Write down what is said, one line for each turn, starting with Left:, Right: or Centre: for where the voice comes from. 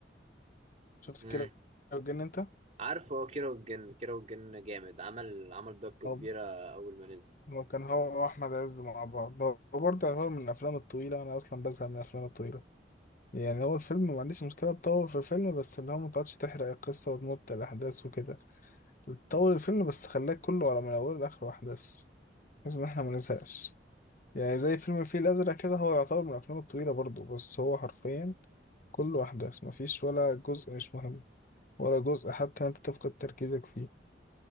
Left: شفت
Right: امم
Left: كيرة والجن انت
Right: عارفه هو كيرة والجن كيرة والجن جامد عمل عمل ضجه كبيره
Left: هو
Right: اول ما نزل
Left: هو كان هو واحمد عز مع بعض هو برضه يعتبر من الافلام الطويله انا اصلا بزهق من الافلام الطويله يعني هو الفيلم ما عنديش مشكله تطول في الفيلم بس اللي هو ما تقعدش تحرق القصه وتمط الاحداث وكده طول الفيلم بس خلاك كله على من اوله لاخره احداث بحيث ان احنا ما نزهقش يعني زي فيلم الفيل الازرق كده هو يعتبر من الافلام الطويله برضه بس هو حرفيا كله احداث مفيش ولا جزء مش مهم ولا جزء حتى انت تفقد تركيزك فيه